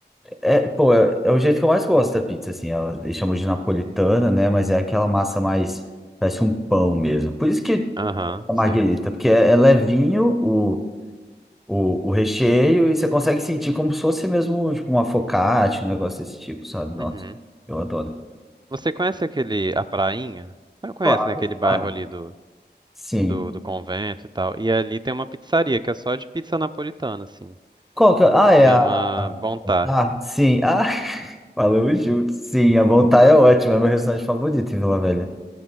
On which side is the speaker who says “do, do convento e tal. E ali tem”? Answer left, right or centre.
Right